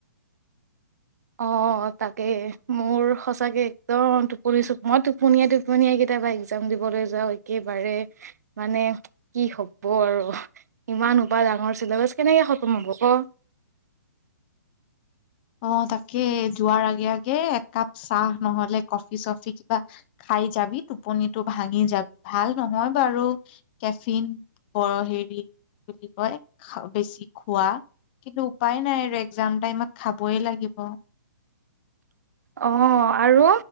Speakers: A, on the right; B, on the left.
A: অ, তাকে মোৰ সঁচাকে একদম টোপনিছো মই টোপনিয়টো টোপনিয়াই কেইতিয়াবা এক্শজাম দিবলৈ যাওঁ, একেবাৰে মানে কি হ'ব আৰু। ইমান হোপা ডাঙৰ চিলেবাছ, কেনেকৈ খতম হ'ব ক'।
B: অ', তাকে যোৱাৰ আগে, আগে একাপ চাহ নহ'লে কফি চফি কিবা খাই যাবি, টোপনিটো ভাঙি যাব-ভাল নহয় বাৰু। কেফিন বৰ হেৰি কি বুলি কয় বেছি খোৱা। কিন্তু উপায় নাই, আৰু একজাম টাইমত খাবই লাগিব।
A: অ', আৰু!